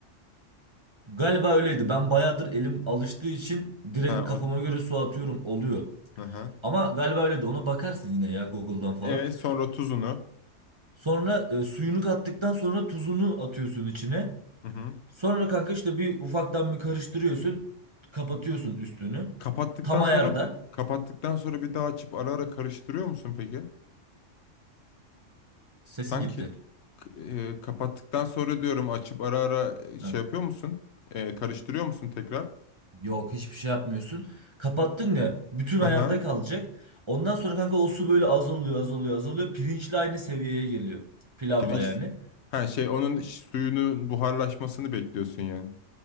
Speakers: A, on the right; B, on the left.
A: Galiba öyleydi ben bayağıdır elim alıştığı için direkt
B: Ha
A: kafama
B: o.
A: göre su atıyorum oluyor.
B: Hı hı.
A: Ama galiba öyle de ona bakarsın yine ya Google'dan falan.
B: E sonra tuzunu.
A: Sonra e, suyunu kattıktan sonra tuzunu atıyorsun içine.
B: Hı hı.
A: Sonra kanka işte bir ufaktan bir karıştırıyorsun. Kapatıyorsun üstünü.
B: Kapattıktan
A: Tam ayarda.
B: sonra kapattıktan sonra bir daha açıp ara ara karıştırıyor musun peki?
A: Sesin
B: Sanki
A: gitti.
B: k- e, kapattıktan sonra diyorum açıp ara ara e, şey
A: Heh.
B: yapıyor musun? E, karıştırıyor musun tekrar?
A: Yok hiçbir şey yapmıyorsun. Kapattın ya bütün ayarda
B: Hı hı.
A: kalacak. Ondan sonra kanka o su böyle azalıyor azalıyor azalıyor. Pirinçle aynı seviyeye geliyor. Pilavla
B: Pirinç
A: yani.
B: ha şey onun ş- suyunun buharlaşmasını bekliyorsun yani.